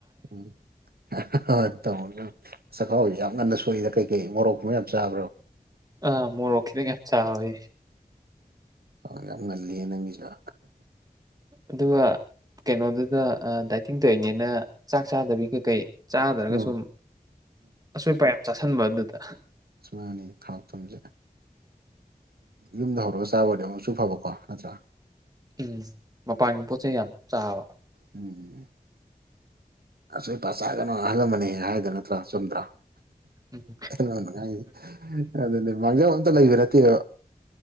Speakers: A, on the right; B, on the right.
A: ꯎꯝ ꯍꯠꯇ <inaudible> ꯑꯥꯎ ꯌꯥꯝ ꯉꯟꯅ ꯁꯣꯛꯏꯗ ꯀꯩꯀꯩ ꯃꯣꯔꯣꯛꯀꯨꯝꯕ ꯌꯥꯝ ꯆꯥꯕ꯭ꯔꯣ
B: ꯑꯥ ꯃꯨꯔꯣꯛ ꯈꯤꯇꯪ ꯍꯦꯟꯅ ꯆꯕꯩ
A: ꯑ ꯌꯥꯝ ꯉꯜꯂꯦ ꯅꯪꯒꯤꯁꯨ
B: ꯑꯗꯨꯒ ꯀꯩꯅꯣꯗꯨꯗ ꯗꯥꯏꯇꯤꯡ ꯇꯧꯏꯅꯦꯅ ꯆꯥꯛ ꯆꯥꯗꯕꯤ ꯀꯩꯀꯩ ꯆꯥꯗ꯭ꯔꯒ
A: ꯎꯝ
B: ꯁꯨꯝ ꯑꯆꯣꯏ ꯑꯄꯥ ꯌꯝ ꯆꯥꯥꯁꯟꯕ ꯑꯗꯨꯗ
A: ꯃꯅꯦ ꯊꯥꯎ ꯊꯨꯝꯁꯦ ꯌꯨꯝꯗ ꯍꯧꯔꯒ ꯆꯥꯕꯗꯤ ꯑꯃꯨꯛꯁꯨ ꯐꯕꯀꯣ ꯅꯠꯇ꯭ꯔꯥ
B: ꯎꯝ ꯃꯄꯥꯟꯒꯤ ꯄꯣꯠ ꯆꯩꯩ ꯌꯥꯝ ꯆꯥꯕ
A: ꯎꯝ ꯑꯁꯣꯏ ꯑꯄꯥ ꯆꯥꯒꯅꯣ ꯑꯍꯥꯟ ꯂꯥꯃꯥꯟꯅ ꯍꯥꯏꯗꯣ ꯅꯠꯇ꯭ꯔꯥ ꯆꯨꯝꯗ꯭ꯔꯥ
B: ꯎꯝ
A: ꯅꯨꯡꯉꯥꯏ ꯑꯗꯨꯗꯤ ꯃꯥꯡꯖꯧ ꯑꯝꯇ ꯂꯩꯕ ꯅꯠꯇꯦꯕ